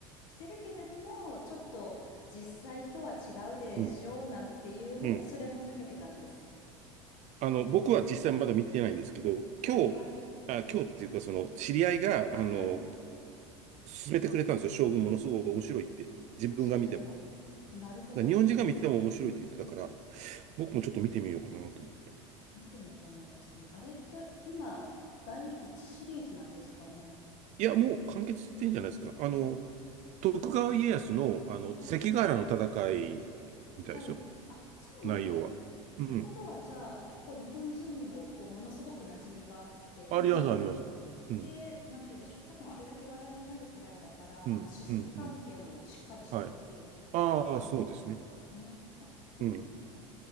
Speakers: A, on the left (about 65°); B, on the right (about 45°).
A: してるけれどもちょっと実際とは違うでしょうなんていうのでそれも避けてたんです。
B: うん、うん。あの、僕は実際まだ見てないんですけど、
A: はいはい
B: 今日、あ、今日っていうか、その、知り合いが、あの、
A: はい
B: 勧めてくれたんですよ。将軍ものすごく面白いって。自分が見ても。
A: そうなんだ。なるほど
B: だから日本人が見ても面白いって言ってたから、僕もちょっと見てみようかなと思って。
A: 見てみようかな私もあれって今第1シリーズなんですかね
B: いや、もう完結してんじゃないですか。あの、徳川家康の、
A: はいはい。
B: あの、
A: はい。
B: 関ヶ原の戦いみたいですよ。
A: はいはい。あ、そうなんだ。
B: 内容は。
A: っ
B: うん。
A: てことは、じゃあ、結構日本人にも、こう、ものすごく馴染みがあって、で、
B: あります、
A: もちろん、
B: あります。うん、
A: で、なんて言うんでしょう。多分、あれだけ話題になるくらいだから、
B: うん、
A: あの、史実関係もしっかりしてるっていう、
B: うん、うん。はい。
A: きっと、
B: ああ、
A: 感じだ
B: そうですね。
A: ね。あ、そうなんだ。
B: うん。